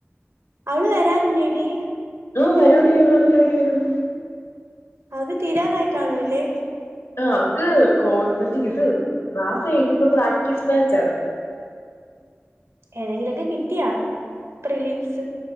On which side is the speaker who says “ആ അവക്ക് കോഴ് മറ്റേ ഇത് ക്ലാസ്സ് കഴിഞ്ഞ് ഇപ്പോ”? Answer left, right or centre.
Left